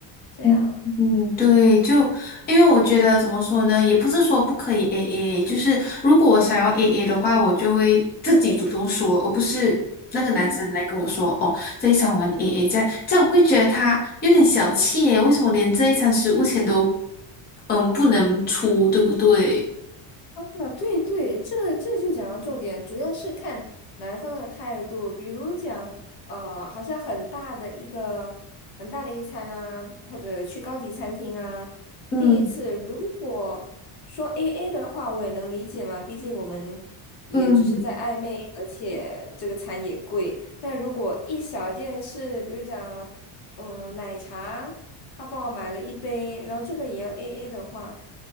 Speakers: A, on the left; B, on the left.
A: 这样。
B: 嗯嗯，对，就因为我觉得怎么说呢，也不是说不可以 AA，就是如果我想要 AA 的话，我就会自己主动说，而不是那个男生来跟我说哦，
A: 嗯，
B: 这一场我们 AA 这样，这样我会觉得他有点小气耶，为什么连这一场食物钱都嗯不能出，对不对？
A: 啊，对对，这个这就讲到重点，主要是看男方的态度。比如讲，呃，好像很大的一个很大的一餐啊，或者去高级餐厅啊，
B: 嗯。
A: 第一次如果说 AA 的话，我也能理解嘛，毕竟我们也只是在暧昧，
B: 嗯，
A: 而且这个餐也贵。但如果一小件事，比如讲，嗯，奶茶，他帮我买了一杯，然后这个也要 AA 的话。